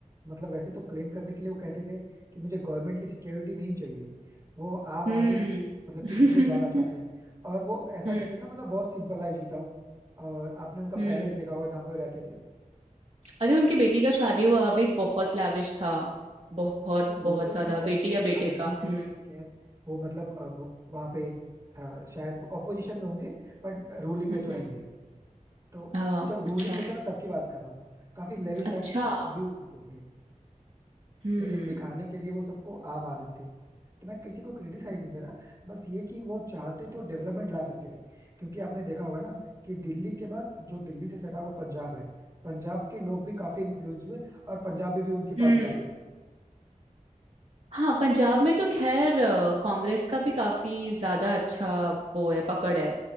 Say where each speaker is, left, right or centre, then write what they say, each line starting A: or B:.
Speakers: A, on the right (about 25°); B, on the right (about 50°).
A: मतलब वैसे तो क्लेम करने के लिए वो कहते थे कि मुझे गवर्नमेंट की सिक्योरिटी नहीं चाहिए वो आम
B: हम्म
A: आदमी मतलब
B: <laughs>
A: के बीच में जाना चाहते हैं और वो ऐसा
B: हम्म
A: कहते हैं ना मतलब बहुत सिंपल लाइफ जीता हूँ और आपने उनका पैलेस
B: हम्म
A: देखा होगा जहाँ पे वो रहते थे
B: अरे उनकी बेटी का शादी हुआ अभी बहुत लाविश था बहुत
A: नहीं वो
B: बहुत
A: तो ठीक
B: ज्यादा
A: है
B: बेटी या बेटे
A: अभी तो
B: का हम्म
A: खैर ठीक है वो मतलब अब वहाँ पे अ, शायद ऑपोजिशन में होंगे बट रूलिंग में
B: हम्म
A: तो नहीं
B: हम्म,
A: है तो
B: हाँ
A: जब रूलिंग
B: अच्छा
A: में थे मैं तब की बात कर रहा हूँ काफी लेविश
B: अच्छा
A: लाइफ तब भी वो जीते थे
B: हम्म
A: लेकिन दिखाने के लिए वो सबको आम आदमी थे तो मैं किसी को क्रिटिसाइज नहीं कर रहा बस ये कि वो चाहते तो डेवलपमेंट ला सकते थे क्योंकि आपने देखा होगा ना कि दिल्ली के बाद जो दिल्ली से सटा हुआ पंजाब है पंजाब के लोग भी काफी इन्फ्लुएंस हुए और पंजाब में भी उनकी
B: हम्म
A: पार्टी आ गई
B: हाँ पंजाब में तो खैर अ, कांग्रेस का भी काफी ज्यादा अच्छा वो है पकड़ है